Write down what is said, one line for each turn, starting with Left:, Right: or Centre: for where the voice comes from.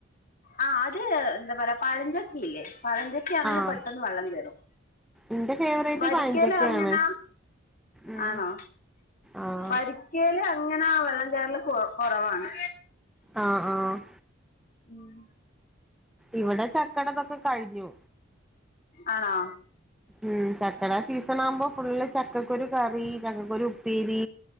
Left: ആ അത് എന്താ പറയ പഴഞ്ചക്ക ഇല്ലേ പഴഞ്ചക്ക ചക്കേ ആണെങ്കിൽ
Centre: ആഹ്
Left: പെട്ടെന്ന് വെള്ളം കയറും
Centre: എന്റെ ഫേവറേറ്റ്
Left: വരിക്കലങ്ങനെ
Centre: പഴഞ്ചക്കയാണ് ഉം
Left: ആണോ
Centre: ആഹ്
Left: വരിക്കല് അങ്ങനെ വെള്ളം കേറൽ കൊ കൊറവാണ്
Centre: ആഹ് ആഹ്
Left: ഉം
Centre: ഇവിടെ ചക്കടതൊക്കെ കഴിഞ്ഞു
Left: ആണോ
Centre: ഉം ചക്കട സീസൺ ആവുമ്പോ ഫുള്ള് ചക്ക ചക്കകുരു കറി ചക്കകുരു ഉപ്പീരി